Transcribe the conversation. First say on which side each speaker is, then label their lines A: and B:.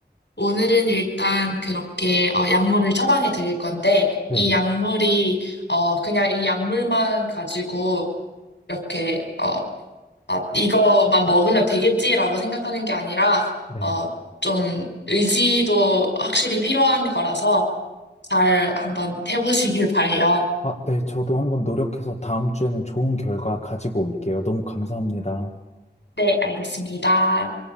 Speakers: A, on the left; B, on the left.
A: 오늘은 일단 그렇게 어, 약물을 처방해 드릴 건데
B: 네,
A: 이 약물이 어, 그냥 이 약물만 가지고 이렇게 어, 아, 이거만 먹으면 되겠지라고 생각하는 게 아니라
B: 네.
A: 어, 좀 의지도 확실히 필요한 거라서 잘 한번 해보시길 바래요.
B: 아, 네, 저도 한번 노력해서 다음 주에는 좋은 결과 가지고 올게요. 너무 감사합니다.
A: 네, 알겠습니다.